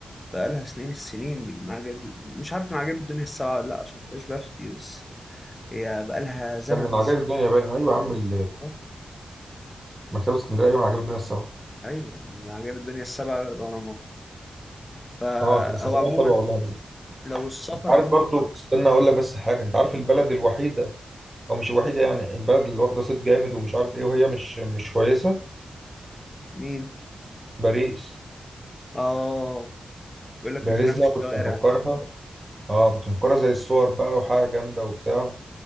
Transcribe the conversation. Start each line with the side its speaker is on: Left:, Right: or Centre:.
Left: بقالها سنين السنين دي من عجائب مش عارف من عجائب الدنيا السبعة ولا لا عشان مبقاش بفتي بس هي بقالها زمن
Right: كان من عجائب
Left: الزمن
Right: الدنيا باين أيوة يا عم ال-
Left: اه
Right: مكتبة اسكندرية أيوة من عجائب الدنيا السبعة
Left: ايوه من عجائب الدنيا السبعة الأهرامات فا
Right: اه تبقى سفرية
Left: أو عموما
Right: حلوة والله برضه
Left: لو السفر
Right: انت عارف
Left: عموما
Right: برضه
Left: جوه
Right: استنى أقول لك بس حاجة انت عارف البلد
Left: آه.
Right: الوحيدة أو مش الوحيدة يعني البلد اللي واخدة صيت جامد ومش عارف إيه وهي مش مش كويسة
Left: مين؟
Right: باريس
Left: اه يقول لك
Right: باريس
Left: الفيران
Right: دي
Left: في
Right: أنا
Left: الشوارع
Right: كنت مفكرها اه كنت مفكرها زي الصور بقى وحاجة جامدة وبتاع